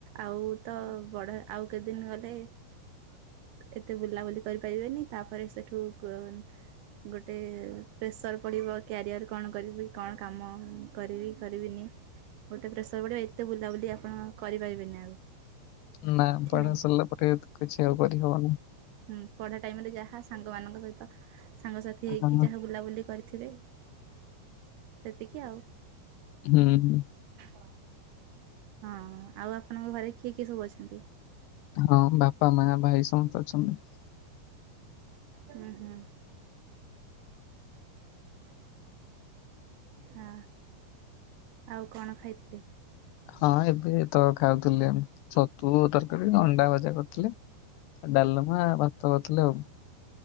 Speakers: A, on the right (about 75°); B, on the left (about 80°).
A: ଆଉ ତ ବଡ ଆଉ କେତେ ଦିନ ଗଲେ ଏତେ ବୁଲାବୁଲି କରିପାରିବେନି ତାପରେ ସେଠୁ ଗୋଟେ ପ୍ରେସର ପଡିବ। କ୍ୟାରିଅର କଣ କରିବି କଣ କାମ କରିବି କରିବିନି। ଗୋଟେ ପ୍ରେସର ପଡିବ ସେ ଏତେ ବୁଲାବୁଲି ଆପଣ କରି ପାରିବେନି ଆଉ।
B: ନାଁ
A: କି
B: ପଢା
A: ନାହିଁ।
B: ସରିଲା ପରେ କିଛି ଆଉ କରି ହବନି।
A: ହୁଁ ପଢା ଟାଇମ୍ ରେ ଯାହା ସାଙ୍ଗ ମାନଙ୍କ ସହିତ ସାଙ୍ଗସାଥି
B: ହଁ
A: ହେଇକି ଯାହା ବୁଲାବୁଲି କରି ଥିବେ ସେତିକି ଆଉ।
B: ହୁଁ।
A: <unintelligible> ହଁ ଆଉ ଆପଣଙ୍କ ଘରେ କିଏ କିଏ ସବୁ ଅଛନ୍ତି?
B: ହଁ ବାପା, ମା, ଭାଇ ସମସ୍ତେ ଅଛନ୍ତି।
A: ଅଁ, ହଁ। ହଁ ଆଉ କଣ ଖାଇଥିଲେ?
B: ହଁ ଏବେ ତ ଖାଉଥୁଲେ ଆମେ ଛତୁ ତରକାରୀ ଅଣ୍ଡା ଭଜା କରିଥିଲେ। ଏ ଡାଲମା ଭାତ ଥିଲା ଆଉ।